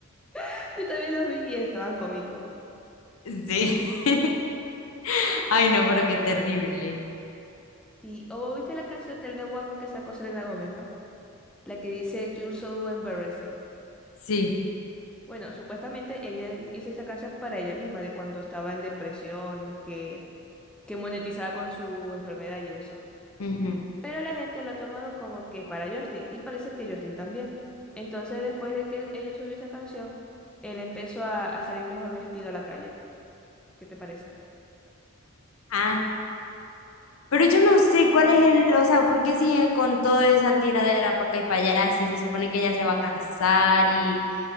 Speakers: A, in the centre; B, on the left (about 75°).
A: <laughs> Yo también los vi y estaban cómicos.
B: Sí. <laughs> Ay, no, pero qué terrible.
A: Sí, o vos viste la canción del nuevo álbum que sacó Selena Gómez, ¿no? La que dice You're so embarrassing.
B: Sí.
A: Bueno, supuestamente ella hizo esa canción para ella misma, de cuando estaba en depresión, que, que monetizaba con su enfermedad y eso.
B: Ujú.
A: Pero la gente lo ha tomado como que es para Justin y parece que Justin también. Entonces, después de que él- ella subió esa canción, él empezó a, a salir mejor vestido a la calle. ¿Qué te parece?
B: Ah, pero yo no sé cuál es el, o sea, ¿por qué sigue con toda esa tiradera para acá y para allá? Si se supone que ella se va a casar y,